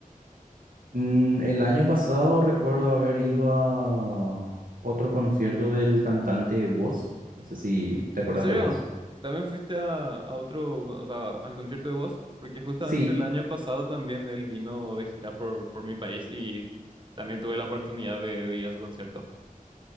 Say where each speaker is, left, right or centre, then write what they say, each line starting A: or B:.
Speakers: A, on the right; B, on the right.
A: Mm, el año pasado recuerdo haber ido a otro concierto del cantante Woz, no sé si te acuerdas
B: ¿En serio?
A: de Woz.
B: ¿También fuiste a, a otro, o sea, al concierto de Woz? Porque justamente
A: Sí,
B: el año pasado también él vino de gira por, por mi país y también tuve la oportunidad de, de ir a su concierto.